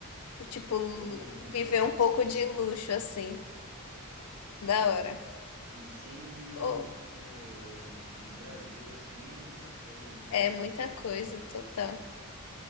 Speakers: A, on the left; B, on the right.
A: Tipo,
B: Pelo menos
A: viver
B: dez por
A: um pouco
B: cento
A: de luxo, assim. Da hora.
B: E cem mil,
A: Oh,
B: tipo, no Brasil, assim, é muita coisa ainda.
A: é muita coisa, total.